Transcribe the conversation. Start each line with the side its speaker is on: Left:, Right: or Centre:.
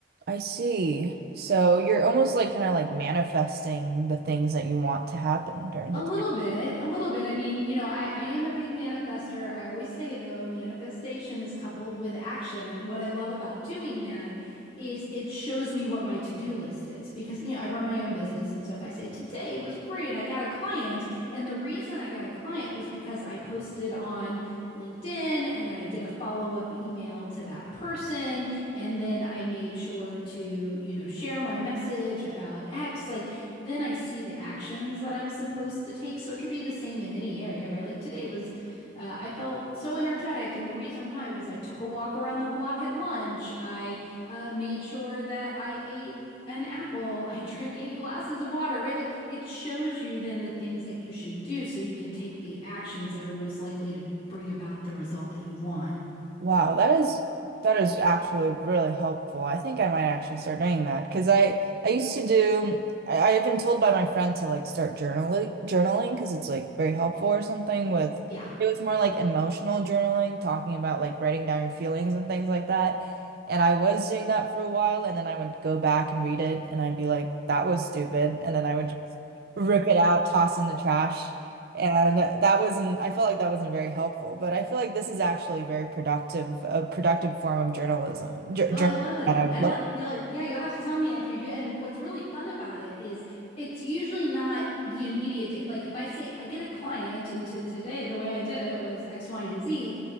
Right: I see. So you're almost like kind of like manifesting the things that you want to happen during the
Left: A little bit, a little bit. I mean, you know, I, I am a big manifester. I always say, though, manifestation is coupled with action. And what I love about doing that is it shows me what my to-do list is because you know I run my own business and so if I say today was great I got a client and the reason I got a client was because I posted on LinkedIn and I did a follow-up email to that person and then I made sure to you know share my message about X like then I see the actions that I'm supposed to take so it could be the same in any area right like today was uh, I felt so energetic, and the reason why was I took a walk around the block at lunch. I uh, made sure that I ate an apple. <laughs> I drank eight glasses of water, right? Like it shows you then the things that you should do so you can take the actions that are most likely to bring about the result that you want.
Right: Wow, that is that is actually really helpful. I think I might actually start doing that because I I used to do I, I have been told by my friend to like start journaling journaling because it's like very helpful or something with
Left: Yeah,
Right: it was more like emotional journaling, talking about like writing down your feelings and things like that. And I was doing that for a while and then I would go back and read it and I'd be like, that was stupid. And then I would just rip it out, toss in the trash. And that wasn't, I felt like that wasn't very helpful, but I feel like this is actually very productive, a productive form of journalism, jour
Left: Oh,
Right: journalism
Left: I love it.
Right: that I would
Left: I love
Right: love.
Left: you'll yeah, you'll have to tell me after you do it. And what's really fun about it is it's usually not the immediate day. Like if I say I get a client and to today the way I did it was X, Y, and Z,